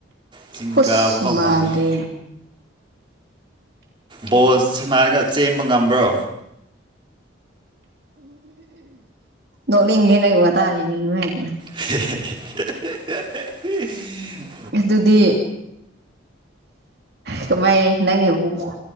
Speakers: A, on the right; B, on the right.
A: ꯆꯤꯡꯀꯥꯕ
B: ꯍꯨꯁ
A: ꯐꯥꯎ
B: ꯃꯥꯟꯗ꯭ꯔꯦ
A: ꯉꯝꯃꯣꯏ ꯕꯣꯜ ꯁꯥꯟꯅꯔꯒ ꯆꯦꯟꯕ ꯉꯝꯕ꯭ꯔꯣ
B: ꯅꯣꯛꯅꯤꯡꯉꯦ ꯅꯪ ꯋꯥꯇꯥꯁꯤꯗꯤ ꯏꯃꯩ
A: ꯍꯦ ꯍꯦ ꯍꯦ ꯍꯦ ꯍꯦ
B: ꯑꯗꯨꯗꯤ ꯀꯃꯥꯏ ꯅꯪꯒꯤ ꯎꯝ